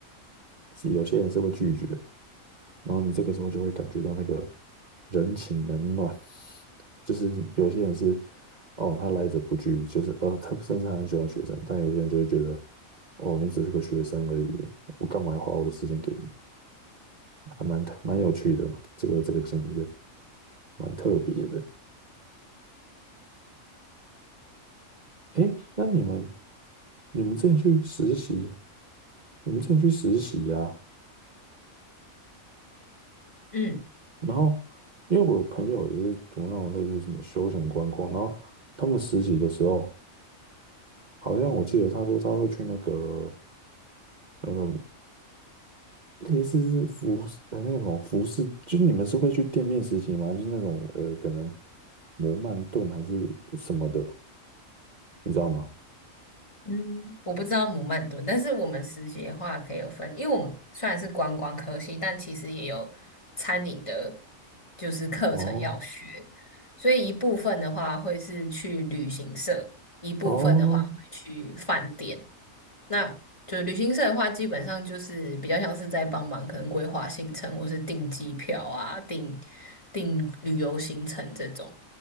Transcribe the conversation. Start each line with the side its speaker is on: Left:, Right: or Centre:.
Right: 是有些人是会拒绝，然后你这个时候就会感觉到那个人情冷暖，就是有些人是哦，他来者不拒，就是呃，他甚至他很喜欢学生，但有些人就会觉得哦，你只是个学生而已，我干嘛要花我的时间给你？还蛮特蛮有趣的，这个这个经验蛮特别的。诶，那你们你们之前去实习，你们之前去实习呀、
Left: 嗯。
Right: 然后，因为我有朋友也是读那种类似什么休闲观光，然后他们实习的时候，好像我记得他说他会去那个那个类似是服饰呃那个什么服饰，就你们是会去店面实习吗？就是那种呃可能摩曼顿还是什么的，你知道吗？
Left: 嗯，我不知道姆曼顿，但是我们实习的话可以有分，因为我们虽然是观光科系，但其实也有餐饮的，就是课程要学，
Right: 哦
Left: 所以一部分的话会是去旅行社，一部分的话会去饭店，
Right: 哦
Left: 那就是旅行社的话，基本上就是比较像是在帮忙，可能规划行程或是订机票啊、订订旅游行程这种。